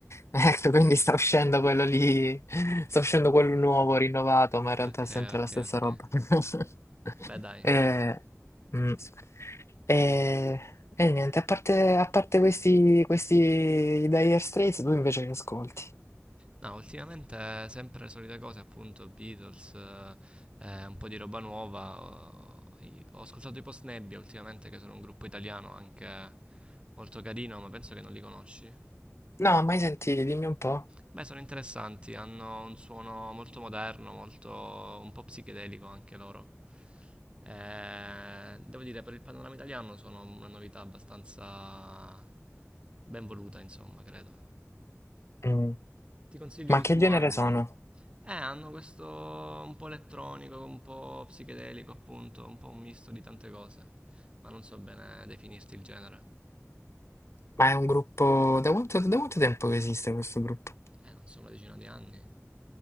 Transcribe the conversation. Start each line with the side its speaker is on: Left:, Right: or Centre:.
Left: <laughs> ecco, quindi sta uscendo quello lì, sta uscendo quello nuovo, rinnovato, ma in realtà
Right: Ok,
Left: è sempre
Right: ok,
Left: la stessa
Right: ok.
Left: roba. <laughs>
Right: Beh, dai.
Left: Eh, mm. E, e niente, a parte, a parte questi, questi Dire Straits, tu invece che ascolti?
Right: No, ultimamente eh, sempre le solite cose, appunto, Beatles, eh, eh, un po' di roba nuova. Ho, i- ho ascoltato i Post Nebbia ultimamente, che sono un gruppo italiano anche molto carino, ma penso che non li conosci.
Left: No, mai sentiti, dimmi un po'.
Right: Beh, sono interessanti, hanno un suono molto moderno, molto un po' psichedelico anche loro. Eh, devo dire, per il panorama italiano sono una novità abbastanza ben voluta, insomma, credo.
Left: Mm.
Right: Ti consiglio
Left: Ma
Right: l'ultimo
Left: che genere
Right: album.
Left: sono?
Right: Eh, hanno questo un po' elettronico, un po' psichedelico, appunto, un po' un misto di tante cose, ma non so bene definirti il genere.
Left: Ma è un gruppo... Da quanto, da quanto tempo che esiste questo gruppo?
Right: Eh, non so, una decina di anni.